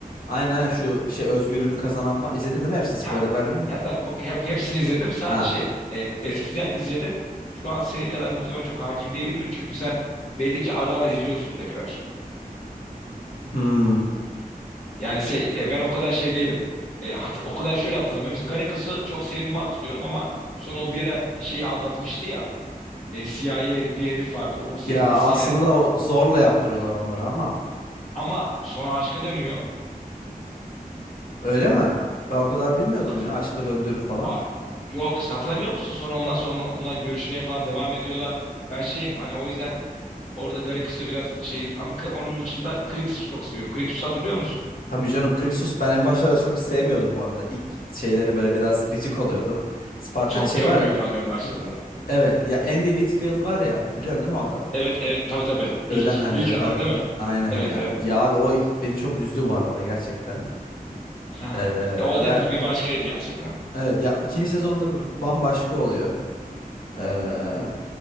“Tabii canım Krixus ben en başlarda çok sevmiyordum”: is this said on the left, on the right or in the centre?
Left